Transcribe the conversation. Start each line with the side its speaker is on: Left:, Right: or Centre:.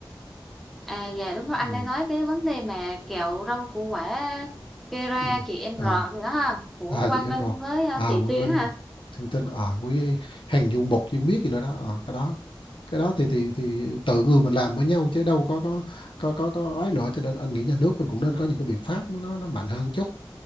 Centre: À dạ đúng rồi anh
Left: ừ.
Centre: đang nói cái vấn đề mà kẹo rau củ quả cây ra
Left: Ừ.
Centre: chị em
Left: à
Centre: rọt gì đó ha của
Left: à
Centre: Quang
Left: chị em
Centre: Linh
Left: rồi
Centre: với à,
Left: à
Centre: Thị
Left: Quang
Centre: Tuyến
Left: Linh
Centre: ha
Left: Thiên Tinh à với hàng du mục chuyên biết gì nữa đó à, cái đó cái đó thì thì thì tự người mình làm với nhau chứ đâu có có có có có ấy nữa cho nên anh nghĩ nhà nước mình cũng nên có những cái biện pháp nó nó mạnh hơn chút